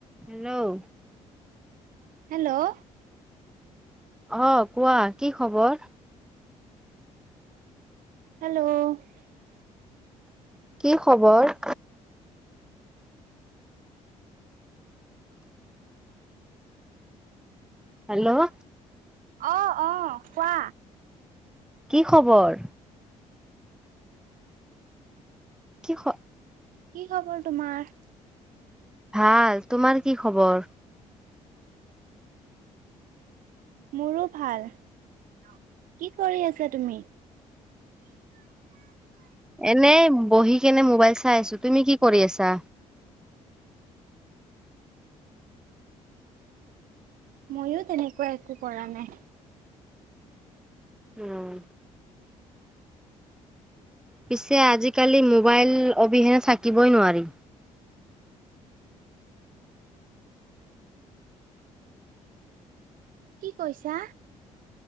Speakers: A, in the centre; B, on the right (about 75°).
A: Hello.
B: Hello
A: আহ কোৱা কি খবৰ?
B: হেল্ল'
A: কি খবৰ হেল্ল'
B: অ অ কোৱা?
A: কি খবৰ কি শ
B: কি খবৰ তোমাৰ
A: ভাল তোমাৰ কি খবৰ?
B: মোৰো ভাল। কি কৰি আছা তুমি?
A: এনে বহি কেনে মোবাইল চাই আছো তুমি কি কৰি আছা?
B: মইয়ো তেনেকুৱা একো কৰা নাই।
A: উম পিছে আজিকালি মোবাইল অবিহেনে থাকিবই নোৱাৰি।
B: কি কৈছা?